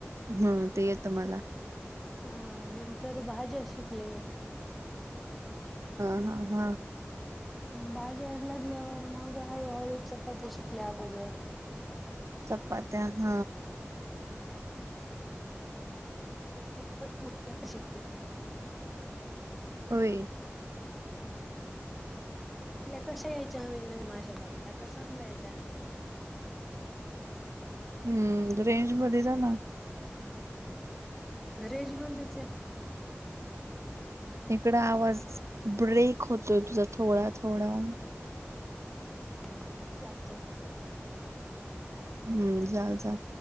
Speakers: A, on the right; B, in the centre.
A: हम्म ते येत मला.
B: अ नंतर भाज्या शिकले
A: हा हा हा
B: बाज्या एलरलीवर मग हळू-हळू चपती शिकले अगोदर
A: चपात्या ह.
B: <unintelligible>
A: होय,
B: आपल्या कशा यायच्या हम्न माझ्या बागल्या तर चांगला आहेेत
A: हम्म रेंज मध्ये जा ना?
B: रेंज मधेच आहे
A: इकड आवाज ब्रेक होतोय तुझा थोडा-थोडा
B: बर-बर जातो.
A: हम्म जा-जा